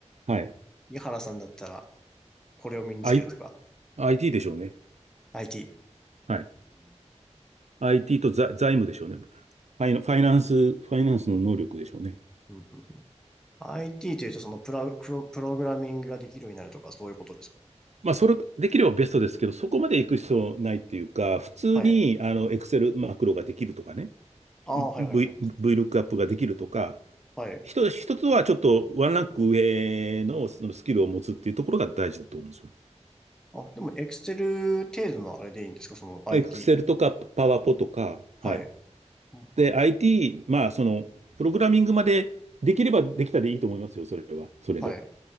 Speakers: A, on the right; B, in the centre.
A: はい。
B: 井原さんだったら、これを身につけるとか、
A: I、IT でしょうね。
B: IT。
A: はい。
B: うん
A: IT と財財務でしょうね。ファイナ、ファイナンス、ファイナンスの能力でしょうね。
B: うん IT というと、そのプラ、プロ、プログラミングができるようになるとか、そういうことですか
A: まあ、それ、できればベストですけど、そこまで行く必要ないっていうか、普通に、
B: はい。
A: あの、Excel マクロができるとかね。
B: ああ、はいはいはい。
A: V、VLOOKUP ができるとか、
B: はい。
A: 一つ、一つはちょっとワンランク上のそのスキルを持つっていうところが大事だと思うんですよ。
B: あ、でも、エクセル程度のあれでいいんですかその IT。
A: Excel とか PowerPo とか、
B: はい。
A: はい。
B: う
A: で、IT、
B: ん
A: まあ、その、プログラミングまでできればできたでいいと思いますよ、それは。それで。
B: はい。う